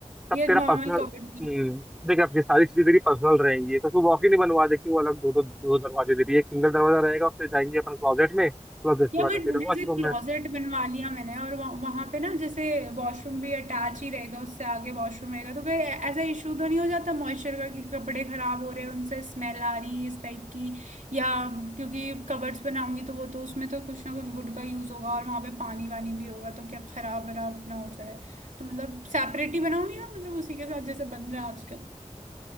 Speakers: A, in the centre; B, on the right.
A: सब
B: ये
A: तेरा
B: नॉर्मल
A: पर्सनल
B: कबर्ड
A: देख अब ये सारी चीजें तेरी पर्सनल रहेंगी तो तू वॉक ही नहीं बनवा दे क्यों अलग दो दो दो दरवाजे दे रही है एक सिंगल दरवाजा रहेगा और फिर जाएंगे अपन क्लोजेट में प्लस उसके
B: या
A: बाद
B: बट
A: तेरा वॉशरूम
B: जैसे क्लोजेट
A: में
B: बनवा लिया मैंने और वह, वहां पे ना जैसे वॉशरूम भी अटैच ही रहेगा उससे आगे वॉशरूम रहेगा तो कोई ऐ- ऐसा इशू तो नहीं हो जाता मॉइस्चर का कि कपड़े खराब हो रहे हैं उनसे स्मेल आ रही है इस टाइप की या क्योंकि कबर्ड्स बनाऊंगी तो वो तो उसमें तो कुछ ना कुछ वुड का यूज होगा और वहां पे पानी वानी भी होगा तो क्या खराब वराब ना हो जाए तो मतलब सेपरेट ही बनाऊंगी या मतलब उसी के साथ जैसे बन रहा है आजकल